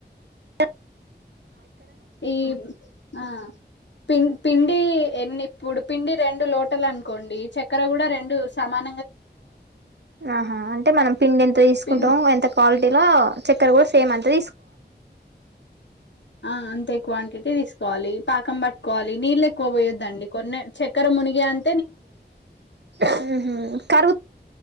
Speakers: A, on the right (about 70°); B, on the left (about 80°).
A: ఆ
B: ఈ ఆ పిం పిండి ఎన్ని ఇప్పుడు పిండి రెండు లోటలు అనుకోండి చక్కెర కూడా రెండు సమానంగా తీసుకోవాలి
A: ఆహా అంటే మనం పిండి ఎంత తీసుకుంటామో
B: పిం
A: ఎంత క్వాలిటీలో చక్కెర కూడా సేమ్ అంతా తీసుకోవాలి
B: ఆ అంతే క్వాంటిటీ తీసు వాలీ పాకం పట్కోవాలి నీళ్లే క్కువఓయద్దండి కొన్నే చక్కెర మునిగే అంతే నీళ్ళు పోయాలి
A: ఉహూ కరుగుతదా అండి షుగర్ అయినా